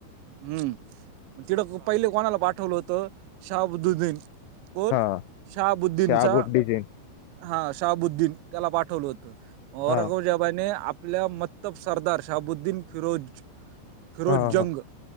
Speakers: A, on the right; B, on the left.
A: हम्म तिडं पहिले कोणाला पाठवलं होतं शाहाबुदुद्दीन कोण?
B: का हा
A: शहाबुद्दीनचा
B: शहाबुद्दीन
A: हा शाहाबुद्दीन त्याला पाठवलं होतं. औरगाजबाने
B: हा
A: आपल्या म सरदार शाबुद्दीन फिरोज फिरोजजंग
B: हा हा